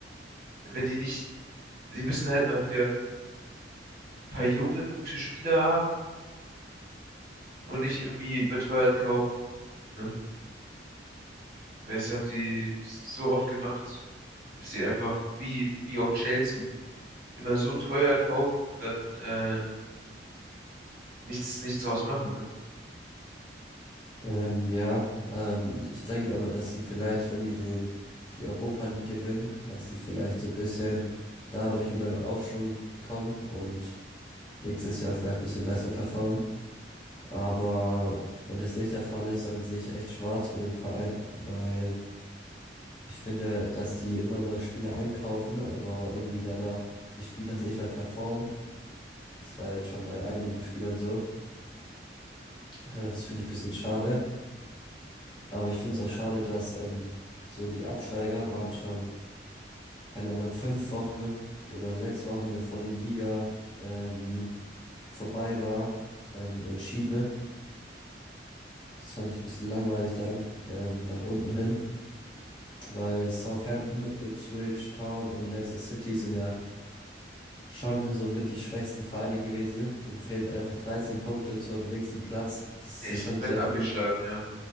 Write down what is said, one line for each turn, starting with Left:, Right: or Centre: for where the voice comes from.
Right: wenn die nicht, sie müssen halt mal wieder ein paar junge, gute Spieler haben und nicht irgendwie überteuert kaufen, ne? Weil das haben sie so oft gemacht, dass sie einfach, wie, wie auch Chelsea, immer so teuer kaufen und dann äh, nichts, nichts draus machen, ne?
Left: Ähm, ja, ähm, ich denke aber, dass sie vielleicht, wenn die den, die Europa League gewinnen, dass sie vielleicht so ein bisschen dadurch wieder in Aufschwung kommen und nächstes Jahr vielleicht ein bisschen besser performen. Aber wenn das nicht der Fall ist, dann sehe ich echt schwarz für den Verein, weil ich finde, dass die immer nur Spieler einkaufen, aber irgendwie danach die Spieler <laughs> nicht mehr performen. Das war jetzt schon bei einigen Spielern so. Äh, das finde ich ein bisschen schade. Aber ich finde es auch
Right: Äh,
Left: schade, dass ähm, so die Absteiger waren schon, keine Ahnung, fünf Wochen oder sechs Wochen, bevor die Liga ähm, vorbei war, ähm, entschieden. ne? Das fand ich ein bisschen langweilig dann, ähm, nach unten hin, weil Southampton, Ipswich Town und Leicester City sind ja schon so mit die schwächsten Vereine gewesen. ne? Denen fehlen einfach 13 Punkte zum nächsten Platz. Das ist
Right: Ja,
Left: ja
Right: die sind
Left: schon
Right: komplett
Left: sehr
Right: abgeschlagen,
Left: viel.
Right: ja.